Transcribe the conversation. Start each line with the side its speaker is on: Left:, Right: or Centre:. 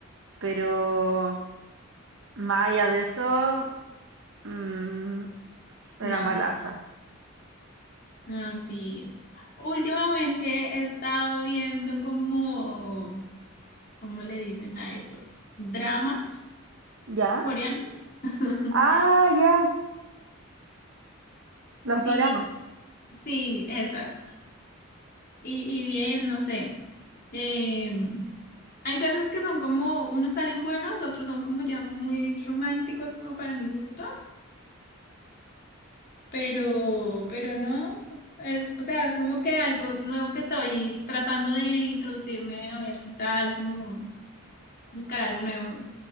Right: pero más allá de eso, mm, era
Left: No,
Right: malaza.
Left: no, sí. Últimamente he estado viendo como, ¿cómo le dicen a eso? Dramas
Right: ¿Ya?
Left: coreanos. <laughs>
Right: Ah, ya, los
Left: Sí,
Right: doramas.
Left: sí, esas. Y, y bien, no sé. eh, hay veces que son como, unos salen buenos, otros son como ya muy románticos como para mi gusto, pero, pero no. Es, o sea, es como que algo nuevo que estoy tratando de introducirme, a ver qué tal, como buscar algo nuevo